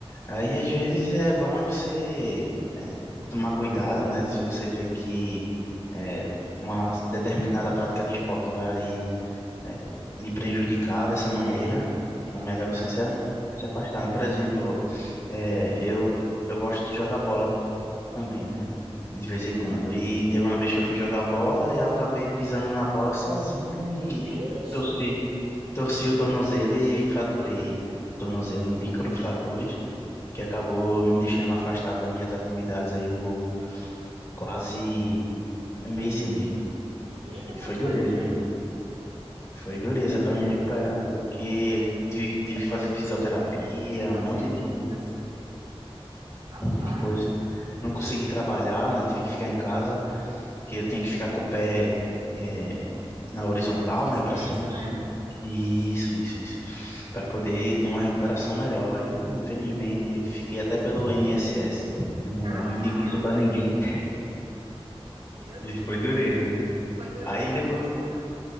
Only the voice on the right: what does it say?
É,
é
complicado
mesmo.
Vixe!
Eita,
como
foi tempo.
Meu filho,
não
tenho
dúvidas.
Rapaz,
suspenso,
né?
Caraca,
meu
filho,
foi dureza
mesmo, viu?